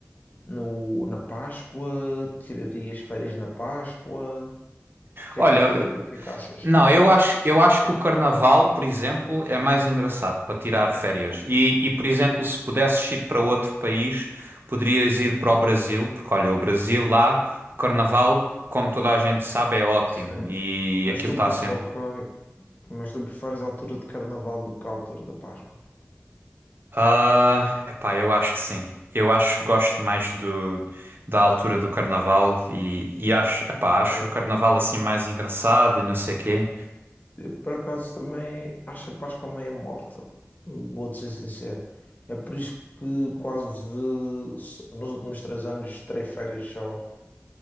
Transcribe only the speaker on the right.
Olha,
Não, eu acho, eu acho que o carnaval, por exemplo, é mais engraçado para tirar férias. E, e, por exemplo, se pudesses ir para outro país, poderias ir para o Brasil, porque olha, o Brasil lá, o carnaval, como toda a gente sabe, é ótimo
e
aquilo
está sempre.
Ah, epá, eu acho que sim. Eu acho que gosto mais do, da altura do carnaval e, e acho, epá, acho
o carnaval assim mais engraçado e não sei quê.